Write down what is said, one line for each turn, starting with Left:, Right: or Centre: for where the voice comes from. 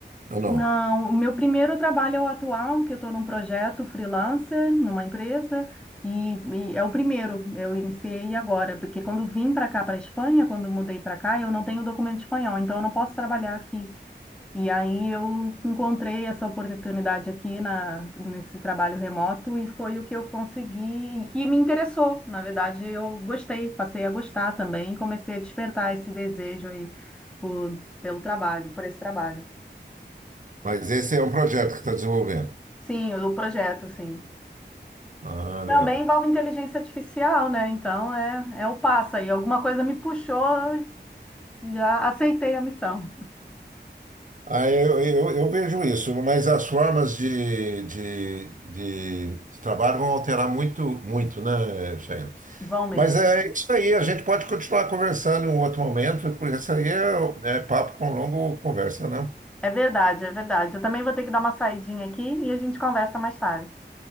Right: ou não?
Centre: Não, o meu primeiro trabalho é o atual, que eu estou num projeto freelancer, numa empresa, e, e é o primeiro, eu iniciei agora, porque quando vim para cá, para a Espanha, quando mudei para cá, eu não tenho documento espanhol, então eu não posso trabalhar aqui. E aí eu encontrei essa oportunidade aqui na, nesse trabalho remoto e foi o que eu consegui e me interessou. Na verdade, eu gostei, passei a gostar também e comecei a despertar esse desejo aí por, pelo trabalho, por esse trabalho.
Right: Mas esse é um projeto que está desenvolvendo.
Centre: Sim, o projeto, sim.
Right: Ah,
Centre: Também
Right: legal.
Centre: envolve inteligência artificial, né? Então é, é o passo aí. Alguma coisa me puxou, eu já aceitei a missão.
Right: Ah, eu, eu, eu vejo isso, mas as formas de, de, de, de trabalho vão alterar muito, muito, né, Cheyenne?
Centre: Vão mesmo.
Right: Mas é isso aí, a gente pode continuar conversando em um outro momento, porque isso aí é, é papo com longo conversa, né?
Centre: É verdade, é verdade. Eu também vou ter que dar uma saidinha aqui e a gente conversa mais tarde.